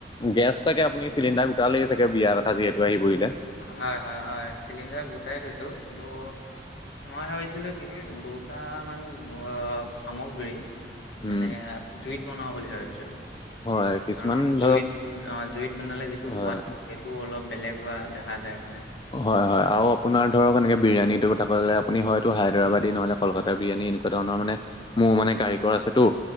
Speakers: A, on the left; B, on the left.
A: গেছ চাগে আপুনি চিলিণ্ডাৰ গোটালে ছাগে বিয়া কথা যিহেতু আহি‌ পৰিলে।
B: হয় হয় হয় চিলিণ্ডাৰ গোটাই থৈছো কিন্তু মই ভাবিছিলো কি দুটামান সামগ্ৰী।
A: উম
B: মানে জুইত বনাওঁ বুলি ভাবিছিলোঁ।
A: হয় কিছুমান
B: কাৰণ জুইত
A: ধৰক
B: জুইত বনালে যিটো
A: হয়
B: সোৱাদটো, সেইটো অলপ বেলেগ হোৱা দেখা যায় মানে।
A: হয় হয় আৰু আপোনাৰ ধৰক এনেকে বিৰিয়ানীটো কথা কলে আপুনি হয়তো হায়দৰাবাদী নহ'লে কলকাতাৰ বিৰিয়ানী এনেকুৱা ধৰণৰ মানে মোৰ মানে কাৰিকৰ আছে টো